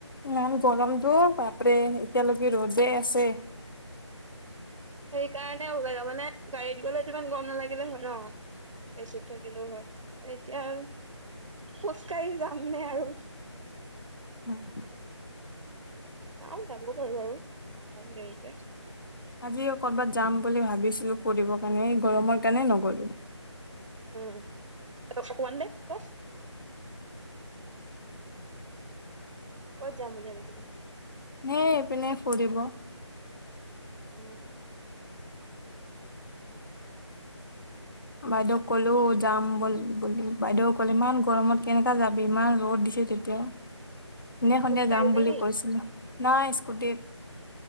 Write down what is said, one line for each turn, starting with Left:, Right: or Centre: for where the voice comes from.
Left: মম গৰম দ বাপ্ৰে এতিয়ালৈকে ৰ'দে আছে
Right: সেইকাৰণে ওলালে মানে গাড়ীত গলে ইমান গম নালাগিলে হয় ন এচিড থাকিলেও হয় এতিয়া খোজ কাঢ়ি যাম নে আৰু
Left: উম
Right: চাও যাব পাৰোঁ বাৰু অকন দেৰিকে
Left: আজি কৰবাত যাম বুলি ভাবিছিলো ফুৰিবৰ কাৰণে এই গৰমত সেইকাণে নগলো
Right: উম অকমান দে অ ক'ত যাম বুলি ভাবিছিলি?
Left: সেই এইপিনে ফুৰিব
Right: অ
Left: বাইদেউক ক'লো যাম বল বুলি বাইদেউক ক'ল ইমান গৰমত কেনেকা যাবি ইমান ৰ'দ দি তেতিয়া সোনে সন্ধিয়া
Right: খোজকাঢ়ি
Left: যাম
Right: নে
Left: বুলি
Right: কি?
Left: কৈছিলো নাই স্কুটিত